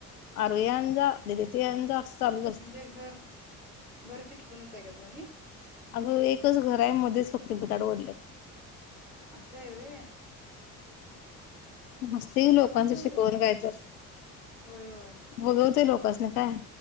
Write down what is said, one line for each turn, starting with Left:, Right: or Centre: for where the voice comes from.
Left: अरया जा ददीित यांं जा चालूच असते
Centre: म्हणजे घर घर चिटकूनच आहे का दोन्ही
Left: अगं एकच घरा आहे मध्येच फक्त भुताड ओढलेत.
Centre: असाय एवे
Left: मस्त लोकांच
Centre: मग जवळच
Left: शिकवण काय तर-
Centre: होय होय
Left: बघवतेय लोकासनी काय?